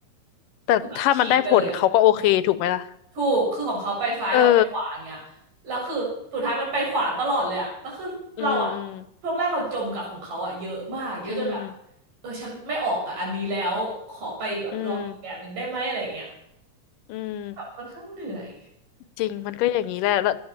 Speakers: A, on the left (about 85°); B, on the right (about 85°).
A: แต่ถ้ามันได้ผลเขาก็โอเคถูกไหมล่ะ
B: คือแบบฉีกไปเลยอะ ถูกคือของเขาไปซ้ายเราไปขวาอย่างเงี้ยแล้วคือสุดท้ายมันไปขวาตลอดเลยอะแล้วคือเราอะ
A: เออ อืม อืม
B: ช่วงแรกเราจมกับของเขาอะเยอะมากเยอะจนแบบ
A: อืม
B: เออฉันไม่ออกกับอันนี้แล้วขอไปแบบลองอีกแบบหนึ่งได้ไหมอะไรอย่างเงี้ย
A: อืมอืม
B: แบบค่อนข้างเหนื่อย
A: จริงมันก็อย่างนี้แหละแล้ว